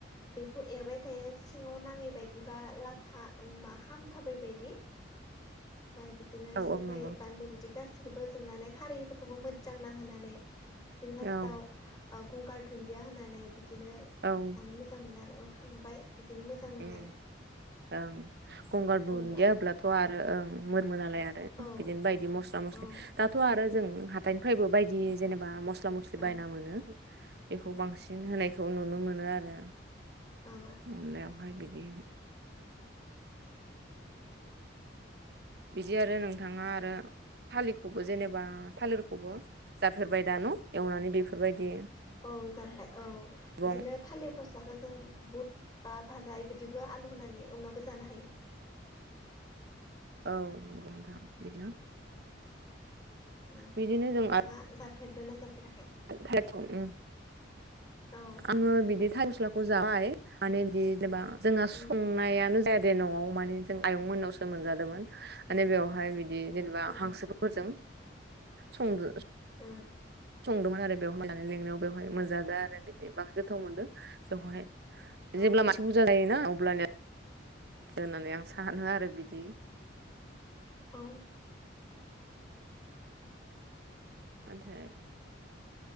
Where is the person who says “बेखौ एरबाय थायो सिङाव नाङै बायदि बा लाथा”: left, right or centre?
Left